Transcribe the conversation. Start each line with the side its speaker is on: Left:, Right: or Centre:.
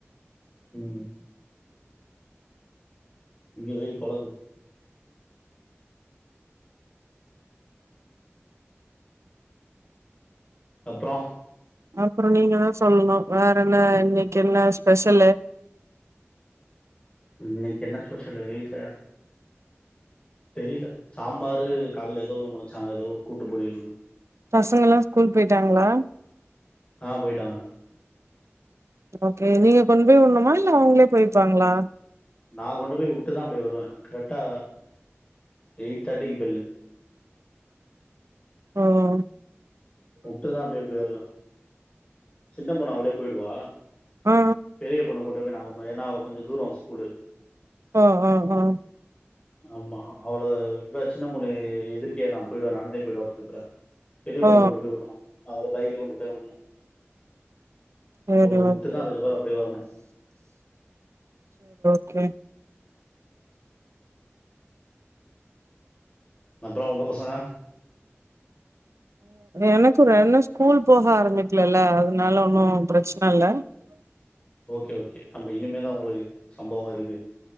Left: உம் இங்க வெயில் போலக்குது அப்புறம்
Right: அப்புறம் நீங்க தான் சொல்லணும் வேற என்ன இன்னைக்கு என்ன ஸ்பெஷல்
Left: இன்னைக்கு என்ன ஸ்பெஷல்லு வீட்டுல தெரியல சாம்பார் கால்ல ஏதோ ஒன்னு வச்சு ஏதோ ஒரு கூட்டு பொறியல் ஒண்ணு
Right: பசங்க ஸ்கூல் போயிட்டாங்களா
Left: ஆஹ போயிட்டாங்க
Right: ஓகே நீங்க கொண்டு போய் விடனுமா இல்ல அங்களே போயிப்பாங்களா
Left: நான் கொண்டு போய் விட்டுதான் அப்படி வருவேன் கரெக்டா எயிட் தேர்ட்டிக்கு பேல்லு
Right: ஆஹாம்
Left: உட்டுதான் அப்படி இப்டி வருவேன் சின்ன பொண்ணு அவளே போயிடுவா
Right: ஆ
Left: பெரிய பொண்ண கொண்ட நான் உடணும் ஏன்னா கொஞ்சம் தூரம் ஸ்கூலு
Right: ஓஹோ ஹோ ஹோ
Left: ஆமா அவ்ளோ இவ சின்ன பொண்ணு எதிர்கே தான் போயி்டுவா நடந்தே போயி்டுவா பக்கத்துல பெரிய பொண்ணு
Right: ஓ ஓ
Left: கொண்டு போய் வுடணும் அவள பைக்யில கொண்டு போய் வுடணும்
Right: சேரி
Left: அவள உட்டுதான்
Right: ஓகே
Left: அதுக்கப்புறம் போய் வரணும்
Right: சேரி
Left: அப்புறம் உங்க பசங்க
Right: எனக்கு ரெண்டும் ஸ்கூல் போக ஆரம்பிக்கலல்ல அதனால ஒன்னும் பிரச்சனை இல்ல
Left: ஓகே ஓகே அப்ப இனிமேதான் உங்களுக்கு சம்பவம் இருக்கு